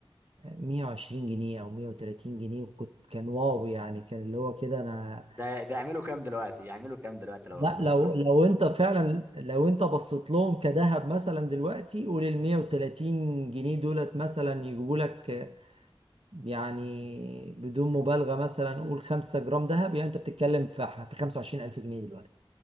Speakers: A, on the right; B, on the right.
A: 120 جنيه او 130 جنيه وكنت كان واو يعني كان اللي هو كده انا
B: ده ده يعملوا كام دلوقتي يعملوا كام دلوقتي لو واخده
A: لا لو لو انت فعلا لو انت بصيت لهم كذهب مثلا دلوقتي قول ال 130 جنيه دولت مثلا يجيبوا لك يعني بدون مبالغه مثلا قول 5 جرام ذهب يعني انت بتتكلم في في 25000 جنيه دلوقتي